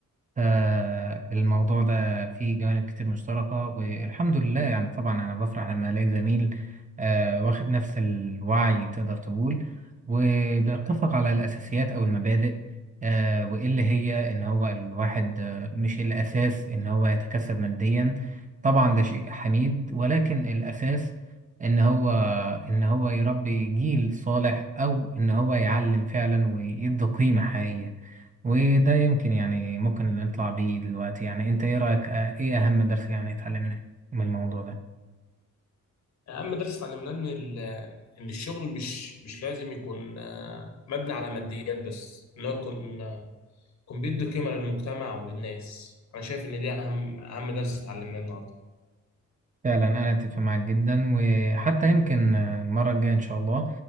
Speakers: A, on the right; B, on the left.
A: فالموضوع ده فيه جوانب كتير مشتركة والحمد لله يعني طبعا أنا بفرح لما ألاقي زميل آه، واخد نفس الوعي تقدر تقول وبيتفق على الأساسيات أو المبادئ آه، وإيه اللي هي إن هو الواحد آه، مش الأساس إن هو يتكسب ماديا طبعا ده شيء حميد ولكن الأساس إن هو إن هو يربي جيل صالح أو إن هو يعلم فعلا ويدي قيمة حقيقية وده يمكن يعني ممكن نطلع بيه دلوقتي يعني انت ايه رأيك اه، ايه اهم درس يعني اتعلمناه من الموضوع ده
B: اهم درس اتعلمناه ان ال- ان الشغل مش مش لازم يكون آه، مبني على ماديات بس ان هو يكون آه، يكون بيدي قيمه للمجتمع وللناس انا شايف ان دي اهم اهم درس اتعلمناه النهارده
A: فعلا انا اتفق معاك جدا وحتى يمكن اه، المرة الجاية ان شاء الله